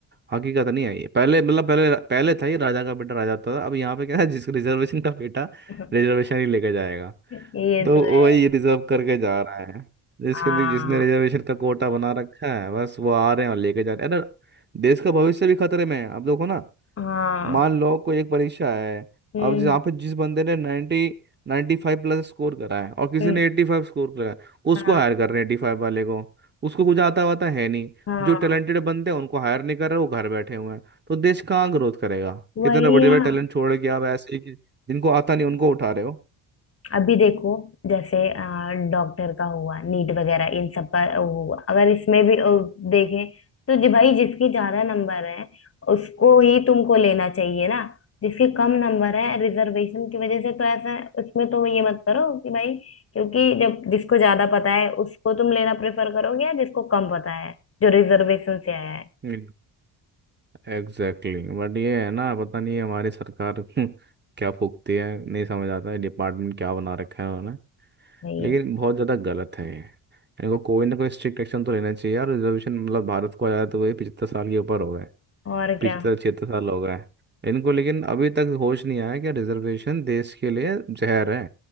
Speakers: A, on the right; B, on the left.
A: हकीकत नहीं है ये पहले मतलब पहले पहले था ये राजा का बेटा राजा होता था अब यहाँ पे क्या है जिसको रिजर्वेशन का बेटा
B: <laughs>
A: रिजर्वेशन ही लेके जाएगा
B: ये
A: तो
B: तो है
A: वही रिजर्व करके जा रहा है जिसके
B: हाँ
A: जिसने रिजर्वेशन का कोटा बना रखा है बस वो आ रहे हैं और लेके जा रहे हैं अरे देश का भविष्य भी खतरे में है अब देखो ना
B: हाँ
A: मान लो कोई एक परीक्षा है
B: हम्म
A: अब जहाँ पे जिस बंदे ने 90 नाइन्टी फाइव प्लस स्कोर करा है और किसी
B: हम्म
A: ने एट्टी फाइव स्कोर करा है उसको
B: हाँ
A: हायर कर रहे हैं एट्टी फाइव वाले को उसको कुछ आता वाता है नहीं
B: हाँ
A: जो टैलेंटेड बंदे हैं उनको हायर नहीं कर रहे वो घर बैठे हुए हैं तो देश कहाँ ग्रोथ करेगा
B: वही
A: इतने बड़े
B: है
A: बड़े टैलेंट छोड़ के आप ऐसे ही कि जिनको आता नहीं उनको उठा रहे
B: अभी देखो जैसे डॉक्टर का हुआ नीट वगैरह इन सब का हुआ अगर इसमें भी अ, देखें तो जी भाई जिसकी ज्यादा नंबर है उसको ही तुमको लेना चाहिए ना जिसके कम नंबर है रिजर्वेशन की वजह से तो ऐसा उसमें तो ये मत करो कि भाई क्योंकि जब जिसको ज्यादा पता है उसको तुम लेना प्रेफर करोगे या जिसको कम पता है जो रिजर्वेशन से आया है
A: हो एग्जैक्टली exactly. बट ये है ना पता नहीं हमारी सरकार <laughs> क्या फूकती है नहीं समझ आता है डिपार्टमेंट क्या बना रखा है उन्होंने
B: वही
A: लेकिन
B: है
A: बहुत ज़्यादा गलत है ये इनको कोई ना कोई स्ट्रिक्ट एक्शन तो लेना चाहिए यार रिजर्वेशन मतलब भारत को आया तो वही पिछहत्तर साल के ऊपर हो गए
B: और
A: पिछहत्तर
B: क्या
A: छिहत्तर साल हो गए इनको लेकिन अभी तक होश नहीं आया कि रिजर्वेशन देश के लिए जहर है